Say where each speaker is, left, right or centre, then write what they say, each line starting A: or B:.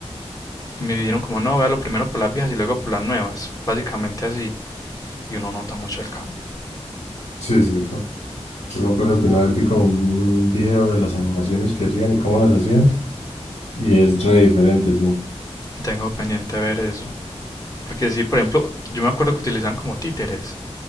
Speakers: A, on the left; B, on the left.
A: Y me dijeron como, no, vea lo primero por las viejas y luego por las nuevas, básicamente así. y uno nota mucho el cambio.
B: Sí, es cierto. Yo me acuerdo que una vez vi como un, un video de las animaciones que hacían y cómo las hacían. Y es re diferente, sí.
A: Tengo pendiente ver eso. Porque sí, por ejemplo, yo me acuerdo que utilizaban como títeres.